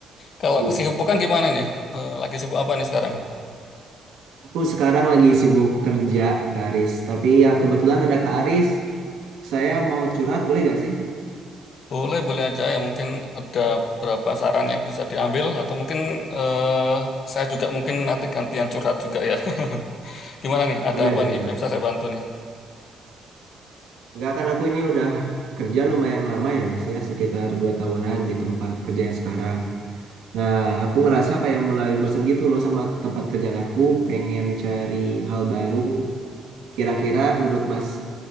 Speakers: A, on the left; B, on the right.
A: Kalau
B: Iya.
A: kesibukan gimana nih? Eh, Lagi sibuk apa nih sekarang?
B: Aku sekarang lagi sibuk kerja Kak Aris, tapi ya kebetulan ada Kak Aris. Saya mau curhat, boleh gak sih?
A: Boleh, boleh aja ya. Mungkin ada beberapa saran yang bisa diambil atau mungkin eh, saya juga mungkin nanti gantian curhat juga ya. <laughs> Gimana nih? Ada
B: Boleh,
A: apa
B: boleh,
A: nih
B: boleh.
A: yang bisa saya bantu nih?
B: Enggak kan aku ini udah kerja lumayan lama ya Mas ya, sekitar 2 tahunan di tempat kerja yang sekarang. Nah, aku ngerasa kayak mulai bosen gitu loh sama tempat kerjaan aku, pengen cari hal baru, Kira-kira menurut Mas